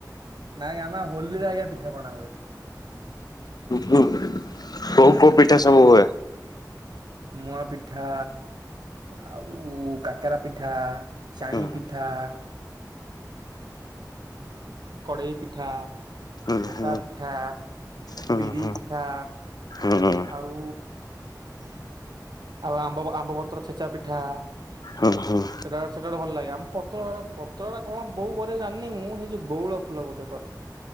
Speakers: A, on the right; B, on the left.
A: ନାଇଁ ଆମା ହୋଲିରେ ଆଜ୍ଞା ପିଠା ପଣା ହୁଏ।
B: ଉ ହୁଁ କୋଉ କୋଉ ପିଠା ସବୁ ହୁଏ?
A: ମୁଆ ପିଠା ଆଉ କାକେରା ପିଠା। ଚାଇଁ
B: ହୁଁ
A: ପିଠା। କଡ଼ାଇ ପିଠା
B: ହୁଁ
A: ମୋଟା
B: ହୁଁ
A: ପିଠା
B: ହୁଁ
A: ବିରି
B: ହୁଁ
A: ପିଠା
B: ହୁଁ ହୁଁ
A: ଆଉ ଆଉ ଆମ୍ବ ଆମ୍ବପତ୍ର ଛେଚା ପିଠା ସେଟା
B: ହୁଁ ହୁଁ
A: ସେଟା ଗୋଟେ ଭଲ ଲାଗେ ପତଳା ପତଳା ବୋଉ କରେ ଜାଣିନି, ମୁଁ ସେଇଛି ବଉଳ ଫୁଲ ବୋଧେ କରେ